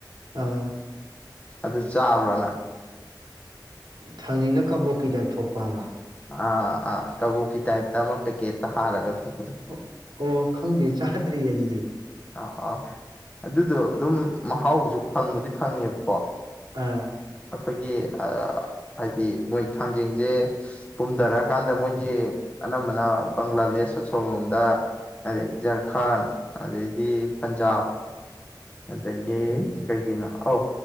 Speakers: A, on the right; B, on the left.
A: ꯑꯥ
B: ꯑꯗꯨ ꯆꯥꯕ꯭ꯔꯥꯅ
A: ꯊꯥꯡꯖꯤꯡꯅ ꯀꯕꯣꯛꯀꯤ ꯇꯥꯏꯞ ꯊꯣꯛꯄꯕ
B: ꯑꯥ ꯑꯥ ꯀꯕꯣꯛꯀꯤ ꯇꯥꯏꯞꯇ ꯑꯃꯨꯛ ꯄꯦꯀꯦꯠꯇ ꯍꯥꯜꯂꯒ ꯊꯣꯛ
A: ꯑꯣ ꯑꯣ ꯈꯪꯗꯦ ꯆ ꯐꯠꯗ꯭ꯔꯤ ꯑꯗꯨꯗꯤ
B: ꯑꯥ ꯑꯥ ꯑꯗꯨꯗꯣ ꯑꯗꯨꯝ ꯃꯍꯥꯎꯁꯨ ꯐꯪꯕꯨꯗꯤ ꯐꯪꯉꯦꯕꯀꯣ
A: ꯑꯥ
B: ꯑꯩꯈꯣꯏꯒꯤ ꯍꯥꯏꯗꯤ ꯃꯣꯏ ꯊꯥꯡꯖꯦꯡꯁꯦ ꯄꯨꯝꯊꯔꯛꯑꯀꯥꯟꯗ ꯃꯣꯏꯒꯤ ꯑꯅꯝꯕꯅ ꯕꯪꯒ꯭ꯂꯥꯗꯦꯁ ꯑ ꯁꯣꯂꯣꯝꯗ ꯑꯗꯩ ꯏꯖꯔꯈꯥꯟ ꯑꯗꯨꯗꯩꯗꯤ ꯄꯟꯖꯥꯕ ꯑꯗꯨꯗꯒꯤꯦ
A: ꯑꯥ
B: ꯀꯒꯅꯣ ꯑꯧ